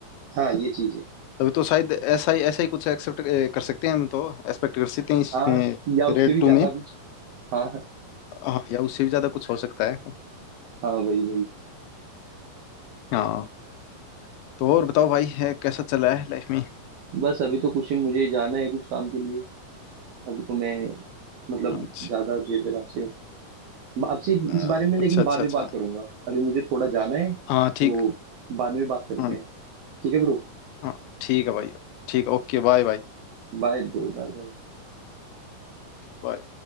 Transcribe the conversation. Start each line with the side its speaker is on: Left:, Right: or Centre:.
Right: हाँ ये चीज है
Left: तभी तो शायद ऐसा ही ऐसा ही कुछ एक्सेप्ट कर सकते हैं हम तो एक्सपेक्ट कर सकते हैं इसमें
Right: हाँ या उससे
Left: रेड
Right: भी
Left: टू
Right: ज्यादा
Left: में
Right: कुछ हाँ हाँ
Left: हाँ या उससे भी ज्यादा कुछ हो सकता है
Right: हाँ, वही वही
Left: हाँ तो और बताओ भाई है कैसा चल रहा है लाइफ में
Right: बस अभी तो कुछ ही मुझे जाना है कुछ काम के लिए अभी तो मैं मतलब
Left: अच्छा
Right: ज्यादा देर तक आपसे आपसे
Left: अ,
Right: इस बारे में लेकिन
Left: अच्छा अच्छा
Right: बाद में
Left: अच्छा
Right: बात करूंगा अभी मुझे थोड़ा जाना है तो
Left: हाँ ठीक
Right: बाद में बात करते
Left: हाँ,
Right: हैं ठीक है ब्रो
Left: हाँ ठीक है भाई ठीक है ओके बाय बाय
Right: Bye bro bye
Left: बाय